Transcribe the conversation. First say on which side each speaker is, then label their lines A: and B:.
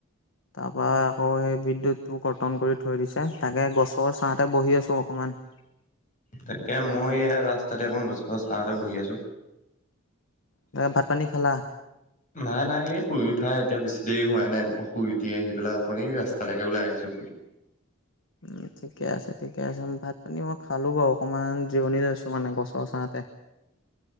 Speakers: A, on the left (about 60°); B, on the left (about 35°).
A: তাৰ পৰা আকৌ সেই বিদ্যুতটো কৰ্তন কৰি থৈ দিছে তাকে গছৰ ছাঁতে বহি আছো অকমান
B: তাকে মই এইয়া ৰাস্তাতে এখন গছ গছ ছাঁতে বহি আছো
A: ভাত পানী খালা
B: নাই নাই এই শুই উঠা এতিয়া বেছি দেৰি হোৱাই নাই মই শুই উঠি আহি পেলাই অকণ এই ৰাস্তালৈকে ওলাই আহিছো
A: উম ঠিকে আছে ঠিকে আছে ভাত পানী মই খালো বাৰু অকণমান জিৰণি লৈছো মানে গছৰ ছাঁতে